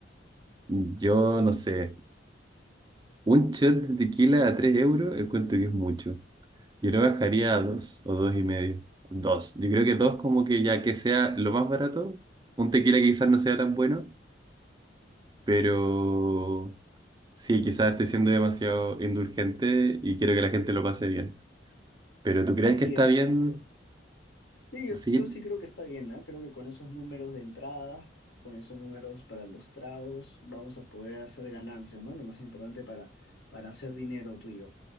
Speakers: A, on the right (about 20°); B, on the left (about 65°).
A: Yo
B: Sí,
A: no sé. Un shot de tequila a 3 euros encuentro que es mucho. Yo lo bajaría a 2 o dos y medio. dos. Yo creo que 2 como que ya que sea lo más barato. Un tequila que quizás no sea tan bueno, pero sí, quizás estoy siendo demasiado indulgente y quiero que la gente lo pase bien. Pero ¿tú crees
B: sí,
A: que está
B: es
A: bien?
B: verdad. pero- sí, yo,
A: Sí.
B: yo sí creo que está bien, ¿ah? Creo que con esos números de entrada, con esos números para los tragos, vamos a poder hacer ganancias, ¿no? Lo más importante para, para hacer dinero tú y yo.